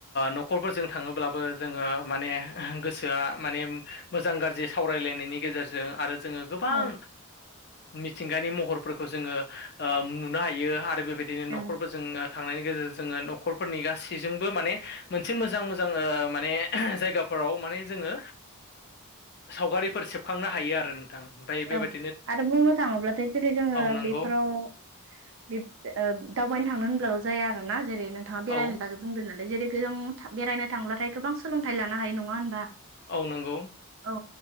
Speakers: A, on the left; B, on the right.
A: न'खरफोरजों थाङोब्लाबो जोङो माने गोसोआ माने मोजां गाज्रि सावरायलायनायनि गेजेरजों आरो जोङो गोबां
B: औ
A: मिथिंगानि महरफोरखौ जोङो नुनो हायो आरो बेबायदि बि नखरबो
B: औ
A: जोंनो थांनायनि गेजेरजों जोङो न'खरफोरनि गासैजोंबो माने मोनसे मोजां मोजां माने जायगा फोराव माने जोङो सावगारिफोर सेबखांनो हायो आरो नोंथां। ओमफ्राय बेबायदि
B: औ आरो बुंनो थाङोब्लाथाय जेरै जोङो
A: नंगौ
B: बेफोराव दावबायनो थांनो होनब्लाल' जाया आरो ना जेरै नोंथाङा बेरायनो
A: औ
B: बागै बुंदों नालाय जेरै जों बेरायनो थांब्लाथाय गोबां सोलोंथाइ लानो हायो नङा होनबा?
A: औ नंगौ
B: औ